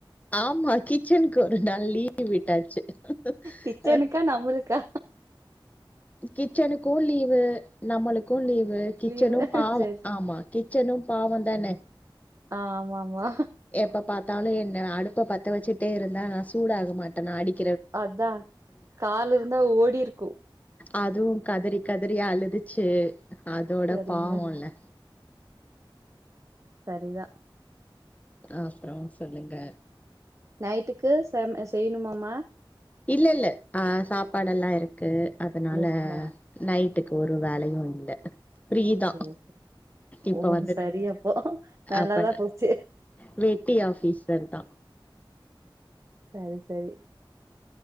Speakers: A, on the left; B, on the right.
A: ஆமா கிச்சன்க்கு ஒரு நாள் லீவு விட்டாச்சு
B: கிச்சனுக்கா
A: ஹ
B: நம்மளுக்கா
A: கிச்சனுக்கும் லீவு நம்மளுக்கும் லீவ் கிச்சனும்
B: லீவு
A: பாவும்
B: சரி
A: ஆமா கிச்சனும் பாவம் தனே
B: ஆஹ் ஆமா ஆமா
A: எப்ப பார்த்தாலும் என்ன அடுப்ப பத்த வச்சுிட்டே இருந்தா நான் சூடாக மாட்டேனா அடிக்க
B: அதான் கால் இருந்தா ஓடிருக்கும்
A: அதுவும் கதறி கதறி அழுதுச்சு அதோட
B: சரிங்க
A: பாவம்ல
B: சரிதான்
A: அப்புறம் சொல்லுங்க
B: நைட்டுக்கு செ செய்யணுமாமமா
A: இல்ல இல்ல ஆஹ் சாப்பாடேல்லாம் இருக்கு அதனால
B: இது இருக்கா
A: நைட் க்கு ஒரு வேலையும் இல்ல பிரீதான்
B: செரி செரி
A: இப்ப
B: ஓ
A: வந்து
B: சரி அப்போ நல்லாதா
A: அப்பண்ண
B: போச்சு
A: வேட்டி ஆபீசர் தான்
B: சரி சரி